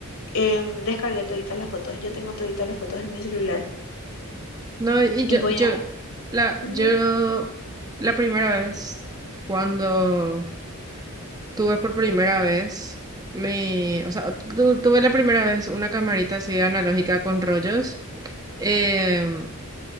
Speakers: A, on the left (about 70°); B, on the right (about 15°).
A: em, descargué toditas las fotos. Yo tengo toditas las fotos en mi celular.
B: No, y
A: Y
B: yo,
A: voy
B: yo,
A: a...
B: la,
A: ujú,
B: yo, la primera vez cuando Tuve por primera vez, me, o sea, tu- tuve la primera vez una camarita así analógica con rollos. Em,